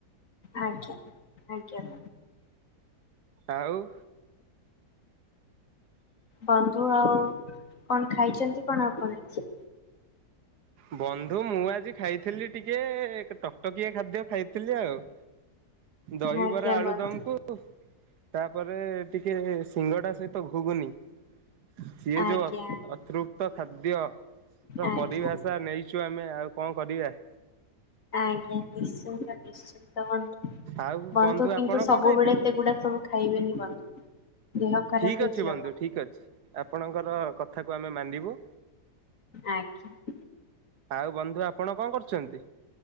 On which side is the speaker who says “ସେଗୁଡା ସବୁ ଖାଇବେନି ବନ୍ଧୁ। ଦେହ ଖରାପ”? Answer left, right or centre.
Left